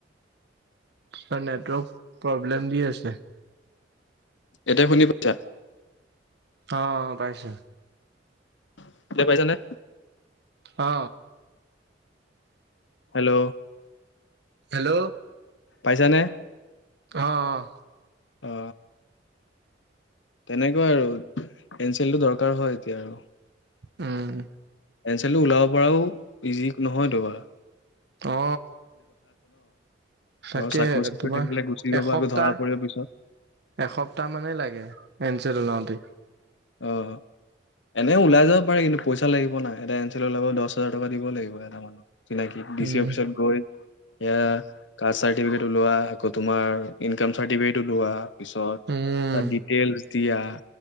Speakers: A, on the right; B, on the left.
A: <unintelligible> নেটৱৰ্ক প্রবলেম দি আছে।
B: এতিয়া শুনি পাইছা?
A: অ, পাইছোঁ।
B: <unintelligible> পাইছা নে?
A: আ।
B: হেল্ল'।
A: হেল্ল'।
B: পাইছানে?
A: অ, অ।
B: অ। তেনেকুৱাই আৰু পেঞ্চিলটো দৰকাৰ হয় এতিয়া আৰু।
A: উম।
B: পেঞ্চিলটো ওলাব পৰাও ইজি নহয়তো ৱা।
A: অ, তাকে,
B: ঘৰৰ চাকৰি চাকৰি
A: তোমাৰ
B: থাকিলে গুচি যাব
A: এসপ্তাহ,
B: আকৌ ধৰা পৰিব পিছত
A: এসপ্তাহ মানেই লাগে এন চি ওলাব <unintelligible>
B: অ, এনেও ওলাই যাব পাৰি কিন্তু পইচা লাগিব না, এটা এনচেল ওলাব দচ হাজাৰ টকা দিব লাগিব এটা মানুহক। চিনাকি ডি
A: উম
B: চি অফিচত গৈ- এয়া কাষ্ট চাৰ্টিফিকেট ওলোৱা, আকো তোমাৰ ইনকাম চাৰ্টিফিকেট ওলোৱা। পিছত
A: উম
B: তাত ডিটেইল- দিয়া-